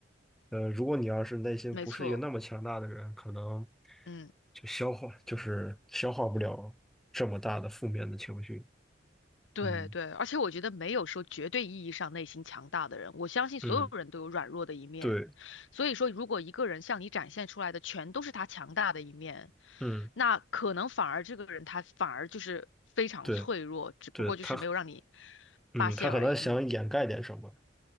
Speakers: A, in the centre; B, on the left.
A: 呃，如果你要是内心不是一个那么强大的人，
B: 没错。
A: 可能
B: 嗯，
A: 就消化，就是消化不了这么大的负面的情绪。
B: 对对，
A: 嗯，
B: 而且我觉得没有说绝对意义上内心强大的人，我相信所有人都有软弱的一面。
A: 嗯，对，
B: 所以说，如果一个人向你展现出来的全都是他强大的一面，
A: 嗯，
B: 那可能反而这个人他反而就是非常脆弱，
A: 对，
B: 只不过就是没有让你
A: 对，他，嗯，
B: 发现而已。
A: 他可能想掩盖点什么。
B: 嗯。